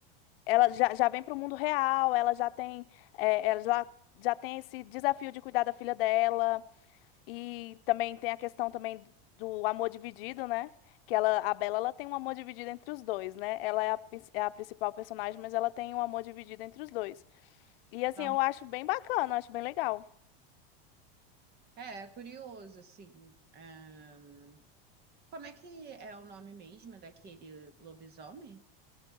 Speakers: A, on the left (about 70°); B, on the right (about 35°).
A: ela já, já vem para o mundo real, ela já tem, é, ela já, já tem esse desafio de cuidar da filha dela e também tem a questão também do amor dividido, né? Que ela, a Bella, ela tem um amor dividido entre os dois, né? Ela é a, prin- é a principal personagem, mas ela tem um amor dividido entre os dois. E assim,
B: Então,
A: eu acho bem bacana, acho bem legal.
B: É, é curioso, assim. Ahn, Como é que é o nome mesmo daquele lobisomem?